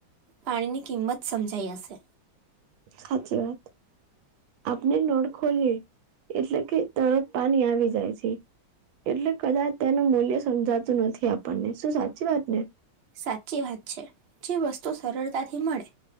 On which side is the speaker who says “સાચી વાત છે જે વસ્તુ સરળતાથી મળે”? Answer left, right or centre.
Right